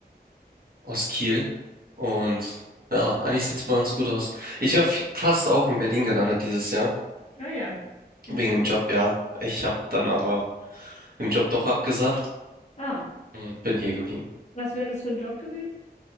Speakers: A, on the right; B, on the left.
A: aus Kiel. Und ja, eigentlich sieht's bei uns gut aus. Ich habe fast auch in Berlin gelandet dieses Jahr,
B: ah ja, wie,
A: wegen dem Job, ja. Ich habe dann aber im Job doch abgesagt
B: ah,
A: und bin hier geblieben.
B: was wäre das für ein Job gewesen?